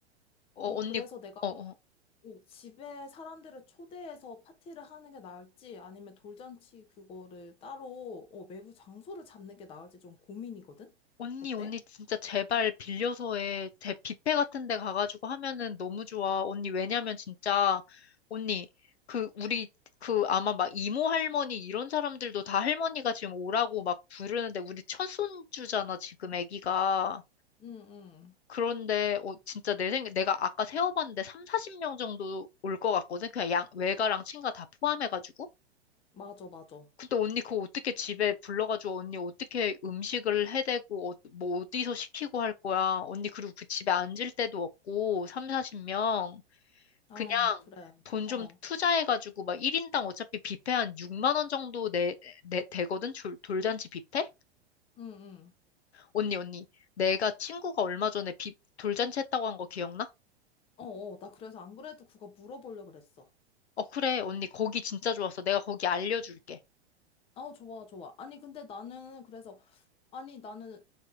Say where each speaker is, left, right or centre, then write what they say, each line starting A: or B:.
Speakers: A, on the left (about 75°); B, on the left (about 15°).
A: 어,
B: 어,
A: 언니,
B: 그래서 내가
A: 어, 어.
B: 어, 집에 사람들을 초대해서 파티를 하는 게 나을지 아니면 돌잔치 그거를 따로 어, 외부 장소를 잡는 게 나을지 좀 고민이거든?
A: 언니,
B: 어때?
A: 언니, 진짜 제발 빌려서 해. 제 뷔페 같은 데 가가지고 하면은 너무 좋아. 언니, 왜냐면 진짜, 언니, 그, 우리, 그, 아마 막 이모 할머니 이런 사람들도 다 할머니가 지금 오라고 막 부르는데, 우리 첫 손주잖아, 지금 애기가.
B: 응, 응.
A: 그런데 어, 진짜 내 생각 내가 아까 세어봤는데 3, 40명 정도 올 것 같거든. 그냥 양 외가랑 친가 다 포함해가지고.
B: 맞아, 맞아.
A: 근데 언니 그거 어떻게 집에 불러가지고 언니 어떻게 음식을 해대고 어, 뭐 어디서 시키고 할 거야. 언니 그리고 그 집에 앉을 데도 없고 3, 40명
B: 아,
A: 그냥
B: 그래.
A: 돈
B: 어,
A: 좀 투자해가지고 막 1인당 어차피 뷔페 한 6만 원 정도 내, 내 되거든. 돌, 돌잔치 뷔페?
B: 응, 응.
A: 언니 언니 내가 친구가 얼마 전에 뷔, 돌잔치 했다고 한 거 기억나?
B: 어, 어, 나 그래서 안 그래도 그거 물어보려고 그랬어.
A: 어, 그래, 언니, 거기 진짜 좋았어. 내가 거기 알려줄게.
B: 어, 좋아, 좋아. 아니, 근데 나는 그래서 아니, 나는